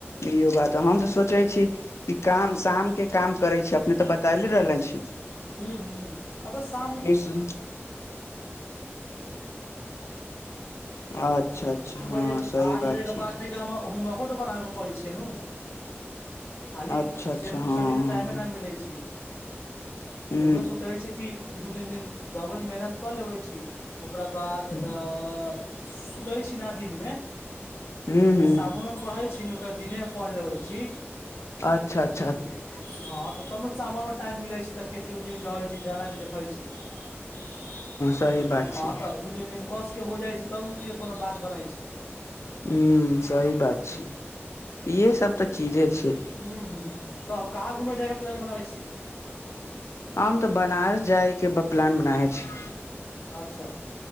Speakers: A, on the left; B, on the left.
A: इहो बात हँ। हम तऽ सोचै छी कि काम शामक काम करै छै, अपने तऽ बच। ताहि लेल रहले छी।
B: हूँ हूँ। अतऽ साम।
A: <unintelligible> अच्छा अच्छा,
B: आठ
A: हँ,
B: बजे के
A: सही
B: आठ बजे
A: बात छी।
B: <unintelligible> बनाबे के पड़ै छैयै नू खाली
A: अच्छा अच्छा
B: सेल्फ
A: हँ
B: स्टडी
A: हँ
B: तऽ टाइम नहि मिलै छै।
A: हू
B: तऽ ओहि सोचै छै कि दू-तीन दिन डबल मेहनत कऽ लेबै छी। ओकरा बाद तऽ
A: हू
B: सुतै छी ने दिनमे।
A: हू हू हू
B: सामनेमे पढ़ल छी, नहि दिनेमे पढ़ि लेबै छी।
A: अच्छा, अच्छा
B: हँ तऽ, तब ने शाममे टाइम मिलै छै तऽ खेती ओतीमे जाइ छै जेना के। हइ छी हँ,
A: सही बात छै
B: तऽ दू-तीन दिन। कसके हो जाइ छै, तब ने तइयो कोनो बात बनै छै।
A: हँ, सही बात छै, इहे सभ तऽ चीजे छै।
B: हँ हँ, तऽ कहाँ घुमऽ जायके प्लान बनाबै छीयै?
A: हम तऽ बनारस जाइके प्लान बनाबै छी।
B: अच्छा।